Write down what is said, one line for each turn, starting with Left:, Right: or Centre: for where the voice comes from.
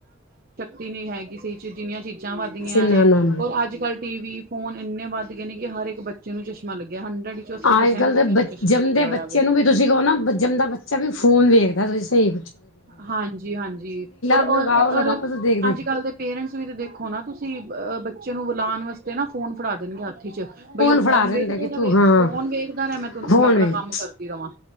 Right: ਟੀ ਵੀ ਹੈਗੀ ਸੀ ਜਿੰਨੀਆਂ ਚੀਜ਼ਾਂ ਵੱਧਦੀਆਂ
Left: ਨਾ-ਨਾ-ਨਾ
Right: ਨੇ ਔਰ ਅੱਜ ਕੱਲ੍ਹ ਟੀ ਵੀ ਫੋਨ ਇੰਨੇ ਵੱਧ ਗਏ ਨੇ ਕਿ ਹਰ ਇੱਕ ਬੱਚੇ ਨੂੰ ਚਸ਼ਮਾ ਲੱਗਿਆ ਹੰਡਰਡ ਚੋਂ ਅੱਸੀ
Left: ਅੱਜ
Right: ਪਰਸੈਂਟ
Left: ਕੱਲ੍ਹ
Right: ਬੱਚਿਆਂ
Left: ਦੇ ਬ
Right: ਨੂੰ ਚਸ਼ਮਾ
Left: ਜੰਮਦੇ
Right: ਲੱਗਿਆ ਹੋਇਆ
Left: ਬੱਚੇ
Right: ਵੇ
Left: ਨੂੰ ਵੀ ਤੁਸੀ ਕਹੋ ਨਾ ਜੰਮਦਾ ਬੱਚਾ ਵੀ ਫੋਨ ਵੇਖਦਾ ਤੁਸੀ ਸਈ
Right: ਹਾਂਜੀ-ਹਾਂਜੀ ਔਰ-ਔਰ
Left: ਲਗਾਓ-ਲਗਾਓ ਤੇ ਦੇਖ-ਦੇਖ
Right: ਅੱਜ ਕੱਲ੍ਹ ਦੇ ਪੇਰੈਂਟਸ ਵੀ ਤਾਂ ਦੇਖੋ ਨਾ ਤੁਸੀ ਅਹ ਬੱਚੇ ਨੂੰ ਬੁਲਾਉਣ ਵਾਸਤੇ ਨਾ ਫੋਨ ਫੜਾ ਦੇਣ ਗੇ ਹੱਥ ਕਿਚਨ ਬਈ ਓ
Left: ਫੜਾ
Right: ਫੋਨ
Left: ਦਿੰਦਾ
Right: ਵੇਖਦਾ
Left: ਕਿ
Right: ਰਵੇ
Left: ਤੂੰ ਹਾਂ
Right: ਫੋਨ ਵੇਖਦਾ ਰਾਂ ਮੈਂ ਤੇ
Left: ਫੋਨ
Right: ਮੈਂ ਆਪਣਾ
Left: ਵੇਖ
Right: ਕੰਮ ਕਰਦੀ ਰਵਾਂ।